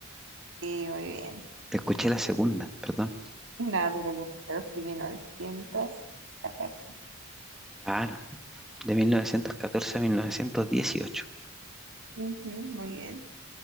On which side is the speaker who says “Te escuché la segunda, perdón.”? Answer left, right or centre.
Centre